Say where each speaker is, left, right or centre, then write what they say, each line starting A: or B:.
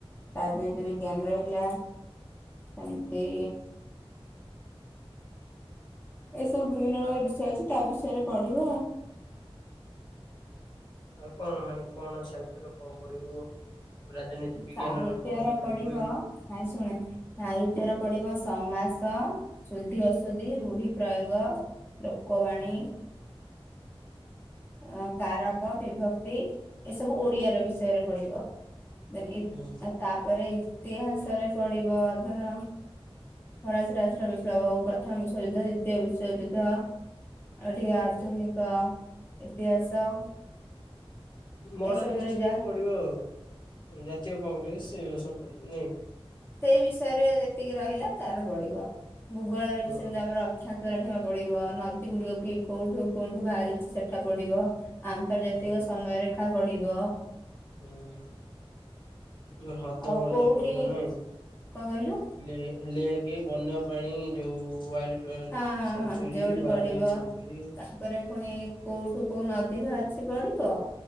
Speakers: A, on the left; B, on the left.
A: ରାଜନୀତି
B: ହୁଁ
A: ବିଜ୍ଞାନ ରହିଲା ସେମିତି। ଏସବୁ ବିଭିନ୍ନ ପ୍ରକାର
B: ଆଉ
A: ବିଷୟ ଅଛି ତା ବିଷୟରେ ପଢିବ ଆଉ।
B: ଆଉ କଣ ମାନେ କଣ ସାହିତ୍ୟଟ କଣ ପଢିବୁ ରାଜନୀତି ବିଜ୍ଞାନ
A: ସାହିତ୍ୟର
B: ର କଣ ପଢିବୁ
A: ପଢିବ
B: ହୁଁ
A: ସାଇ ଶୁଣ ସାହିତ୍ୟର ପଡିବ ସମାସ। ସୁନ୍ଧି ଅସୁଧି ରୁଢି ପ୍ରୟୋଗ ଲୋକବାଣୀ।
B: ହୁଁ
A: ଅ କାରକ ବିଭକ୍ତି ଏସବୁ ଓଡିଆ ର ବିଷୟରେ ପଡିବ। ଦେନ ଇ
B: ହୁଁ।
A: ତାପରେ ଇତିହାସରେ ପଡିବ ଧର ଫରାଶ ରାଷ୍ଟ୍ର ବିପ୍ଳବ ହଉ ପ୍ରଥମ ବିଶ୍ୱଵଯୁଦ୍ଧ ଦ୍ୱିତୀୟ ବିଶ୍ୱଯୁଦ୍ଧ। ଆଟି ଆଧୁନିକ ଇତିହାସ।
B: ମଡର୍ଣ
A: ଏସବୁରେ
B: ହିଷ୍ଟ୍ରି
A: ଯାହା
B: ଯୋଉ ପଡିବ ଆଉ ଜାତୀୟ କଂଗ୍ରେସ ସେଇଭଳି ସବୁ ପଡିବ ନାଇଁ।
A: ସେଇ ବିଷୟରେ ଯେତିକି ରହିଲା ତାର ପଡିବ ଭୂଗୋଳରେ
B: ହୁଁ
A: ବି ସେମିତି ଆମର। <unintelligible> ପଡିବ ନଦୀ ଗୁଡିକ କି କୋଉଠୁ କୋଉଠୁ ବାହାରିଛି ସେଠା ପଡିବ। ଆନ୍ତର୍ଜାତିକ
B: ହୁଁ
A: ସମୟରେଖା ବଢିବ।
B: ହୁଁ। ଯୋଉ ହ୍ରଦ
A: ଆଉ
B: ମର୍ଦ
A: କୋଉଠି
B: ପଡିବ ନାଇଁ <unintelligible>
A: କଣ କହିଲୁ
B: ଲେକ ବନ୍ୟାପାଣି ଯୋଉ ୱାଇଲଡ <unintelligible>
A: ହଁ
B: ସେଚୁରୀ
A: ହଁ ଯୋଉଠି
B: ୱାଇଲ୍ଡ
A: ପଡିବ
B: ଲାଇ ସେଚୁରୀ।
A: ତାପରେ ପୁଣି କୋଉଠୁ କୋଉ ନଦୀ ବାହାରିଛି ପଡିବ।